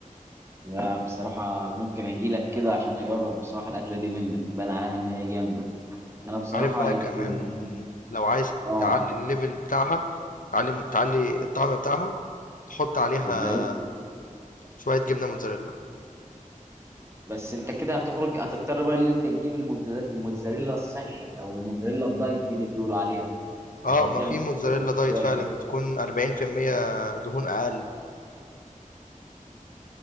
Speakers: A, on the right (about 20°); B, on the left (about 75°).
A: لا بصراحة أنا ممكن أجي لك كده عشان أجرب بصراحة الأكلة دي منك بان عليها إن هي جامدة أنا بصراحة
B: عارف بقى
A: يمكن
B: كمان لو عايز
A: اه
B: تعلي الليفل بتاعها تعلي تعلي الطعم بتاعها تحط عليها
A: موتزاريلا
B: شويه جبنه موتزاريلا
A: بس أنت كده هتخرج هتضطر بقى إن أنت تجيب الموتزا- الموتزاريلا الصحي أو الموتزاريلا الدايت اللي بيقولوا عليها
B: اه
A: عشان
B: ما
A: تعمل
B: في موتزاريلا دايت
A: كويس
B: فعلا بتكون 40% دهون اقل